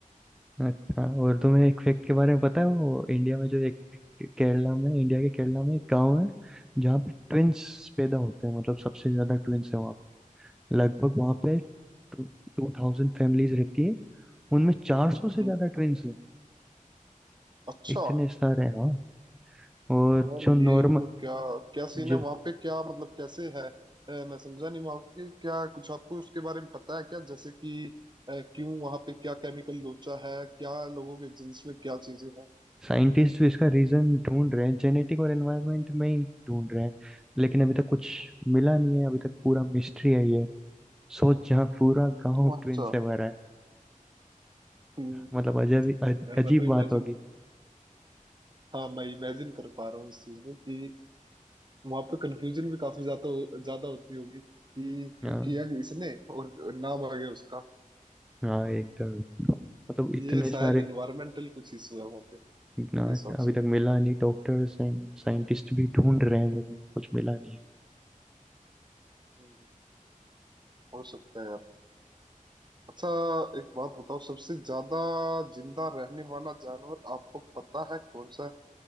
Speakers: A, in the centre; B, on the right.
A: अच्छा और तुम्हें एक फैक्ट के बारे में पता है वो इंडिया में जो एक केरला में इंडिया के केरला में एक गांव है जहाँ पे ट्विंस पैदा होते हैं मतलब सबसे ज्यादा ट्विंस है वहाँ पे लगभग वहाँ पे टू थाउजेंड फैमिलीज रहती है उनमें चार सौ से
B: हम्म,
A: ज्यादा ट्विंस हैं
B: अच्छा
A: इतने सारे हैं हाँ और
B: यार
A: जो नॉर्मल
B: ये मतलब क्या क्या सीन
A: जो
B: है वहां पे क्या मतलब कैसे है अ, मैं समझा नहीं वहां पे क्या कुछ आपको उसके बारे में पता है क्या जैसे कि अ, क्यों वहां पे क्या केमिकल लोचा है क्या लोगों के जीन्स में क्या चीजें हैं
A: साइंटिस्ट भी इसका रीजन ढूंढ रहे हैं जेनेटिक और एनवायरनमेंट में ही ढूंढ रहे हैं लेकिन अभी तक कुछ मिला नहीं है अभी तक पूरा मिस्ट्री है ये सोच यहाँ पूरा गांव
B: अच्छा
A: ट्रेन से भरा है
B: हम्म,
A: मतलब अजब ही- अ-
B: यार
A: अजीब
B: मैं तो इमेजिन
A: बात होगी
B: हाँ मैं इमेजिन कर पा रहा हूँ इस चीज में कि वहां पे कंफ्यूजन भी काफी ज्यादा ज्यादा होती होगी कि
A: हाँ
B: कि- किया इसने और नाम आ गया उसका
A: हाँ एकदम ही। मतलब इतने
B: ये शायद
A: सारे
B: इन्वायरमेंटल कुछ इशू है वहां पे मेरे
A: ना,
B: हिसाब
A: अभी
B: से
A: तक मिला नहीं डॉक्टर्स एंड साइंटिस्ट भी ढूंढ रहे हैं पर उनको कुछ मिला नहीं
B: हम्म, हो सकता है यार अच्छा एक बात बताओ सबसे ज्यादा जिंदा रहने वाला जानवर आपको पता है कौन सा है